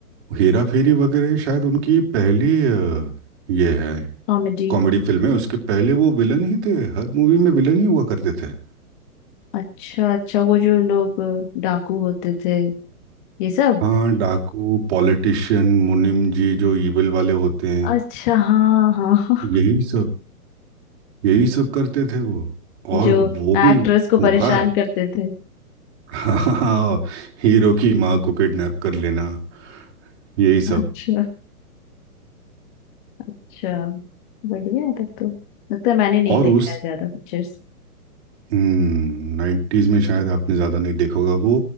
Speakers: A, on the right (about 45°); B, on the left (about 30°).
A: हेरा फेरी वगैरह शायद उनकी पहली अ, ये है
B: कॉमेडी
A: कॉमेडी फिल्म है उसके पहले वो विलन ही थे हर मूवी में विलन ही हुआ करते थे
B: अच्छा अच्छा वो जो लोग अ, डाकू होते थे ये सब
A: हाँ डाकू पॉलिटिशियन मुनीम जी जो इविल वाले होते हैं
B: अच्छा हाँ हाँ
A: यही सब यही सब करते थे वो
B: <laughs>
A: और
B: जो
A: वो भी
B: एक्ट्रेस को
A: खूंखार
B: परेशान करते थे
A: हाँ हीरो की माँ को किडनैप कर लेना यही सब
B: अच्छा अच्छा बढ़िया है तब तो लगता है मैंने नहीं
A: और
B: देखा
A: उस
B: है ज्यादा पिक्चर्स
A: नाइन्टीज में शायद आपने ज़्यादा नहीं देखा होगा वो